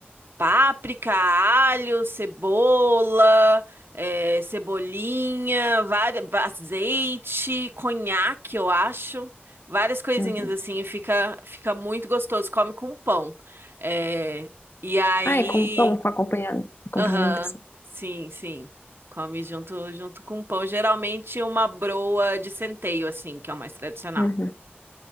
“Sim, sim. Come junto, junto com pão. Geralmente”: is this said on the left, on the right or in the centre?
Right